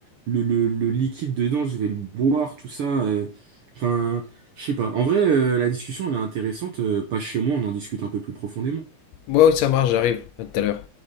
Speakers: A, on the right; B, on the left.
A: le, le- le liquide dedans, je vais le boire, tout ça. euh. Enfin, je sais pas. En vrai, euh, la discussion, elle est intéressante. euh, Pas chez moi, on en discute un peu plus profondément.
B: Moi, ça marche, j'arrive. À tout à l'heure.